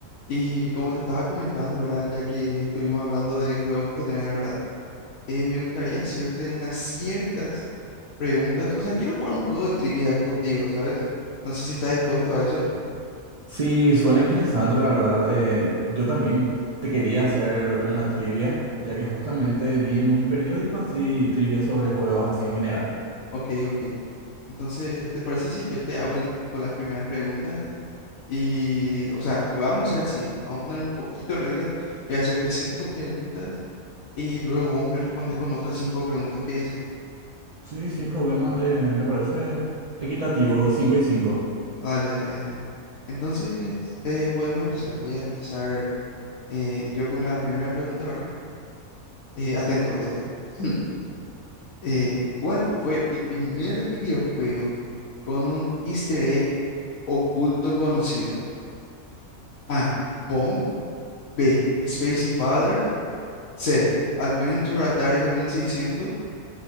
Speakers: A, on the left (about 75°); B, on the right (about 65°).
A: Y como te estaba comentando, ¿verdad? Ya que estuvimos hablando de juego en general, ¿verdad? Eh, me gustaría hacerte unas ciertas preguntas. O sea, quiero jugar un juego de trivia contigo, ¿sabes? No sé si estás dispuesto a eso.
B: Sí, suena interesante, la verdad. Eh, yo también te quería hacer una trivia, ya que justamente vi en un periódico así trivia sobre juegos así en general.
A: Ok, ok. Entonces, ¿te parece si yo te hago el- tipo las primeras preguntas? Y, o sea, vamos a hacer así. Vamos a poner un poquito de reglas. Voy a hacerte cinco preguntas y luego vos me respondes con otras cinco preguntas. ¿Qué decís?
B: Sí, sin problema. eh, me parece equitativo, cinco y 5.
A: Ah, Dale, dale, dale. Entonces, eh, podemos empezar. Voy a empezar. Eh, yo con la primera pregunta, ¿verdad? Eh, atento, atento. <laughs> Eh, ¿cuál fue el primer videojuego con un easter egg oculto conocido? A. Pong. B. Space Invaders. C. Adventure Atari 2600.